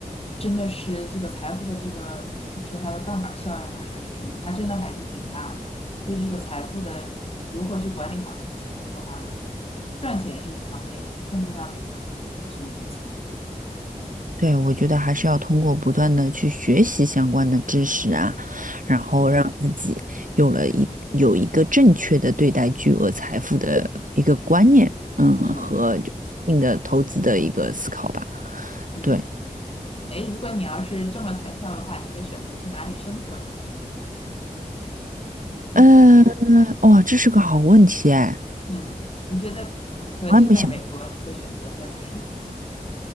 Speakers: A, on the left; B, on the right.
A: 真的是这个财富的这个，你说它的杠杆效应啊，还是什么，它真的还是挺大的。对这个财富的如何去管理好这个财富哈，赚钱是一方面，更重要的一方面是如何去理财。
B: 对，我觉得还是要通过不断的去学习相关的知识啊，然后让自己有了一有一个正确的对待巨额财富的一个观念，嗯，
A: 嗯
B: 和就一定的投资的一个思考吧。
A: 嗯，
B: 对，
A: 哎，如果你要是中了彩票的话，你会选择去哪里生活呢？<laughs>
B: 嗯，哇，这是个好问题哎，
A: 嗯，你觉得，比如说就在美国，
B: 我还没想。
A: 你会选择在哪儿生活呢